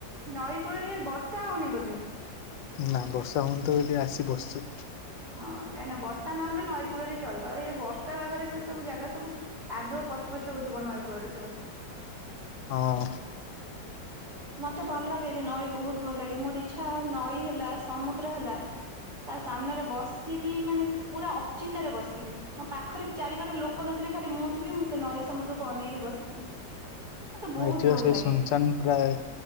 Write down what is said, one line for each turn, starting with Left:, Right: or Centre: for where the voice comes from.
Right: ନଈ କୂଳରେ ବର୍ଷା ହଉନି ବୋଧେ।
Left: ନା ବର୍ଷା ହଉନିତ ବୋଲି ଆସି ବସିଛୁ।
Right: ହଁ କାହିଁକିନା ବର୍ଷା ନହେଲେ ନଈ କୂଳରେ ଚଳିବ ଆଉ ଏ ବର୍ଷା ପାଗରେ ସେ ସବୁ ଜାଗା ସବୁ କାଦୁଅ ପ ପଛ ପଛ ହଉଥିବ ନଈ କୂଳରେ ସବୁ।
Left: ହଁ।
Right: ମତେ ଭଲ ଲାଗେ ଯେ ନଈ ବହୁତ ଭଲ ଲାଗେ ମୋର ଇଚ୍ଛା ନଈ ହେଲା। ସମୁଦ୍ର ହେଲା ତା ସାମ୍ନାରେ ବସିକି ମାନେ ପୁରା ଅଚିନ୍ତାରେ ବସିବି ମୋ ପାଖରେ କି ଚାରି ପାଖରେ ଲୋକ ନଥିବେ ଖାଲି ମୁଁ ଥିବି ମୁଁ ସେ ନଈ ସମୁଦ୍ରକୁ ଅନେଇକି କି ବସିଥିବି। ମତେ ବହୁତ
Left: ହଁ ଏଠି
Right: ଭଲ
Left: ସେଇ
Right: ଲାଗେ
Left: ସୁନସାନ ପ୍ରାୟ